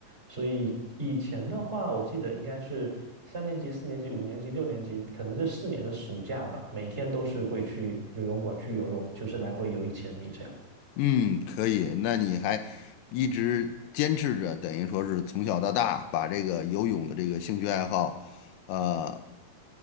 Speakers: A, on the right; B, on the left.
A: 所以以前的话，我记得应该是三年级、四年级、五年级、六年级，可能这四年的暑假吧，每天都是会去游泳馆去游泳，就是来回游一千米这样。
B: 嗯，可以。那你还一直坚持着，等于说是从小到大把这个游泳的这个兴趣爱好，呃，